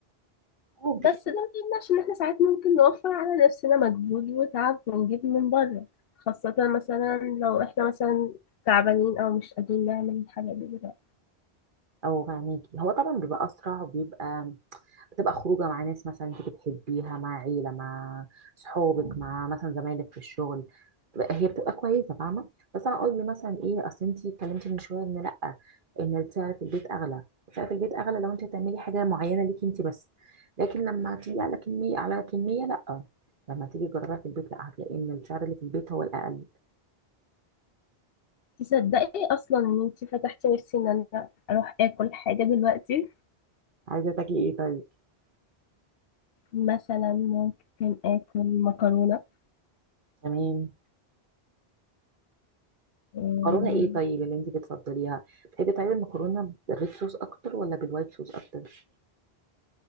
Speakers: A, on the right; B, on the left.
A: او بتجيبي-
B: بس ده ما يمنعش إن إحنا ساعات ممكن نوفر على نفسنا مجهود وتعب ونجيب من بره خاصة مثلا لو إحنا مثلا تعبانين أو مش قادرين نعمل الحاجة دي دلوقتي
A: او غنيكي هو طبعا بيبقى اسرع وبيبقى بتبقى خروجه مع ناس مثلا انت بتحبيها مع عيله مع صحابك مع مثلا زمايلك في الشغل بتبقى- هي بتبقى كويسه فاهمه بس انا قصدي مثلا ايه اصل انت اتكلمتي من شويه ان لا ان السعر في البيت اغلى السعر في البيت اغلى لو انت هتعملي حاجه معينه ليكي انت بس لكن لما تيجي على كميه على كميه لا لما تيجي تجربيها في البيت لا هتلاقي ان السعر اللي في البيت هو الاقل
B: تصدقي أصلا إن أنتي فتحتي نفسي إن أنا أروح آكل حاجة دلوقتي
A: عايزه تاكلي ايه طيب
B: مثلا ممكن آكل مكرونة
A: تمام
B: مم،
A: مكرونه ايه طيب اللي انت بتفضليها بتحبي طيب المكرونه بالريد صوص اكتر ولا بالوايت صوص اكتر